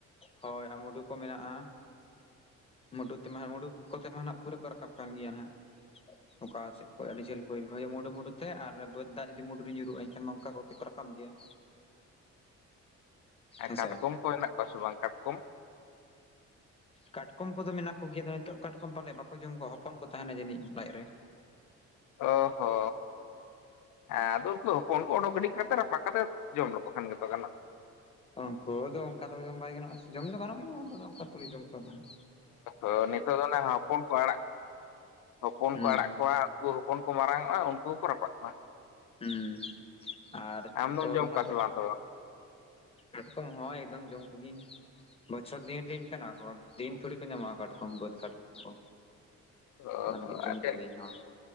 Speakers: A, on the left; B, on the left.
A: ᱦᱳᱭ ᱟᱨ ᱢᱩᱰᱩ ᱠᱚ ᱢᱮᱱᱟᱜ-ᱟ। ᱢᱩᱰᱩ ᱛᱮᱢᱟ ᱦᱟᱜ ᱢᱩᱰᱩ ᱠᱚᱛᱮ ᱢᱟ ᱱᱟᱸᱜ ᱯᱩᱨᱟᱹ ᱠᱚ ᱨᱟᱠᱟᱵ ᱠᱟᱱ ᱜᱮᱭᱟ ᱱᱟᱦᱟᱸᱜ। ᱚᱠᱟ ᱥᱮᱫ ᱠᱷᱚᱡ ᱟᱹᱰᱤ ᱡᱷᱟᱹᱞ ᱠᱷᱚᱡ ᱢᱩᱰᱩ ᱢᱩᱰᱩ ᱛᱮ ᱟᱨ ᱵᱟᱹᱫᱽ ᱫᱟᱜ ᱡᱩᱫᱤ ᱢᱩᱰᱩ ᱨᱮ ᱧᱩᱨᱩᱜ-ᱟ ᱮᱱᱠᱷᱟᱱ ᱚᱝᱠᱟ ᱠᱚ ᱛᱮᱠᱚ ᱨᱟᱠᱟᱵ ᱜᱮᱭᱟ।
B: ᱮᱸ
A: ᱦᱮᱸᱥᱮ
B: ᱠᱟᱴᱠᱚᱢ ᱠᱚ ᱢᱮᱱᱟᱜ ᱠᱚᱣᱟ ᱥᱮ ᱵᱟᱝ ᱠᱟᱴᱠᱚᱢ?
A: ᱠᱟᱴᱠᱚᱢ ᱠᱚᱫᱚ ᱢᱮᱱᱟᱜ ᱠᱚᱜᱮᱭᱟ ᱟᱫᱚ ᱱᱤᱛᱳᱜ ᱠᱟᱴᱠᱚᱢ ᱯᱟᱞᱮᱫ ᱵᱟᱠᱚ ᱡᱚᱢ ᱠᱚᱣᱟ᱾ ᱦᱚᱯᱚᱱ ᱠᱚ ᱛᱟᱦᱮᱱᱟ ᱡᱟᱹᱱᱤᱡ ᱞᱟᱡ ᱨᱮ।
B: ᱚ ᱦᱚ᱾ ᱦᱮᱸ ᱟᱫᱚ ᱩᱱᱠᱩ ᱫᱚ ᱦᱚᱯᱚᱱ ᱠᱚ ᱚᱰᱚᱠ ᱜᱤᱰᱤ ᱠᱟᱛᱮᱫ, ᱨᱟᱯᱟᱜ ᱠᱟᱛᱮ ᱡᱚᱢ ᱞᱮᱠᱚ ᱠᱷᱟᱱ ᱜᱮᱛᱚ ᱜᱟᱱᱚᱜᱼᱟ।
A: ᱩᱱᱠᱩ ᱫᱚ ᱚᱱᱠᱟ ᱫᱚ ᱡᱚᱢ ᱵᱟᱭ ᱜᱟᱱᱚᱜ-ᱟ ᱟᱥᱮ ᱡᱚᱢ ᱫᱚ ᱜᱟᱱᱚᱜ ᱜᱮᱭᱟ ᱜᱟᱱ ᱫᱚ ᱟᱫᱚ ᱚᱱᱠᱟ ᱛᱷᱩᱲᱤ ᱡᱚᱢ ᱠᱚᱣᱟ ᱱᱟᱦᱟᱜ।
B: ᱚᱼᱦᱚ ᱱᱤᱛᱚᱜ ᱫᱚ ᱱᱟᱦᱟᱜ ᱦᱚᱯᱚᱱ ᱠᱚ ᱟᱲᱟᱜ ᱦᱚᱯᱚᱱ
A: ᱦᱩᱸ
B: ᱠᱚ ᱟᱲᱟᱜ ᱠᱚᱣᱟ᱾ ᱩᱱᱠᱩ ᱦᱚᱯᱚᱱ ᱠᱚ ᱢᱟᱨᱟᱝᱚᱜᱼᱟ ᱩᱱᱠᱩ ᱦᱚᱸᱠᱚ ᱨᱟᱯᱟᱜ ᱠᱚᱣᱟ।
A: ᱦᱩᱸ ᱟᱨ
B: ᱟᱢᱫᱚᱢ
A: ᱡᱚᱛᱚ
B: ᱡᱚᱢ
A: ᱫᱚ ᱱᱟᱦᱟᱸᱜ
B: ᱠᱚᱣᱟ ᱥᱮ
A: ᱵᱟᱠ
B: ᱵᱟᱝ ᱛᱚᱵᱮ
A: ᱠᱟᱴᱠᱚᱢ ᱦᱚᱸ ᱮᱠᱫᱚᱢ ᱡᱚᱢ ᱠᱚᱜᱮᱭᱤᱧ। ᱵᱚᱪᱷᱚᱨ ᱫᱤᱱ ᱨᱤᱱ ᱠᱟᱱᱟ ᱠᱚ᱾ ᱫᱤᱱ ᱛᱷᱚᱲᱤ ᱠᱚ ᱧᱟᱢᱚᱜᱼᱟ ᱠᱟᱴᱠᱚᱢ, ᱵᱟᱹᱫᱽ ᱠᱟᱴᱠᱚᱢ ᱠᱚ।
B: ᱚᱼᱦᱚ
A: ᱚᱱᱟ ᱞᱟᱹᱜᱤᱫ ᱡᱚᱢ
B: ᱟᱨ ᱪᱮᱫ?
A: ᱠᱚᱜᱮᱭᱟᱹᱧ ᱦᱳᱭ